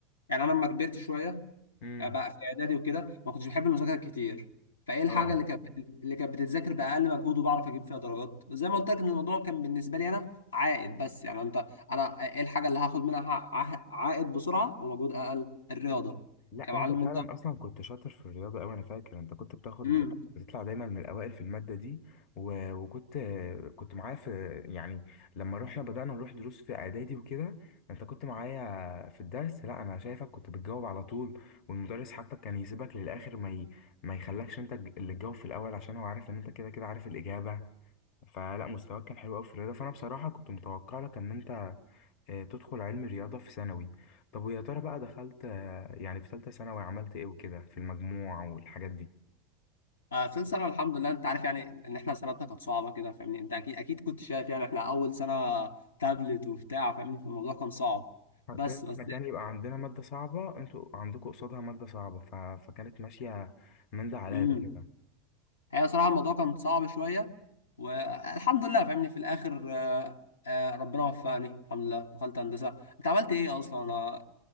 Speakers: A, on the left (about 75°); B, on the left (about 45°).
A: يعني أنا لما كبرت شوية
B: امم
A: آه، بقى في اعدادي وكده ما كنتش بحب المذاكره كتير فايه الحاجه
B: اه
A: اللي كانت بت- اللي كانت بتتذاكر باقل مجهود وبعرف اجيب فيها درجات زي ما قلت لك ان الموضوع كان بالنسبه لي انا عائد بس يعني انت انا ايه الحاجه اللي هاخد منها ع- ع- عائد بسرعه ومجهود اقل الرياضه
B: لا
A: يا معلم
B: وانت فعلا
A: انت
B: اصلا كنت شاطر في الرياضه قوي انا فاكر انت كنت بتاخد
A: امم
B: بتطلع دايما من الاوائل في الماده دي و... وكنت كنت معايا في يعني لما رحنا بدانا نروح دروس في اعدادي وكده انت كنت معايا في الدرس لا انا شايفك كنت بتجاوب على طول والمدرس حتى كان يسيبك للاخر ما ي... ما يخلكش انت اللي تجاوب في الاول عشان هو عارف ان انت كده كده عارف الاجابه فلا مستواك كان حلو قوي في الرياضه فانا بصراحه كنت متوقع لك ان انت آه، تدخل علم رياضه في ثانوي طب ويا ترى بقى دخلت يعني في ثالثة ثانوي عملت ايه وكده في المجموع والحاجات دي
A: آه ثالث سنه الحمد لله انت عارف يعني ان احنا سنتنا كانت صعبه كده فاهمني انت اكيد اكيد كنت شايف يعني احنا اول سنه تابلت وبتاع فاهمني فالموضوع كان صعب
B: عارفين
A: بس بس
B: احنا كان يبقى عندنا مادة صعبة انتوا عندكم قصادها مادة صعبة ف... فكانت ماشية من ده على
A: مم.
B: ده كده
A: هي صراحة الموضوع كان صعب شوية والحمد لله فاهمني في الآخر آه، آه، ربنا وفقني الحمد لله دخلت هندسة أنت عملت إيه أصلا أنا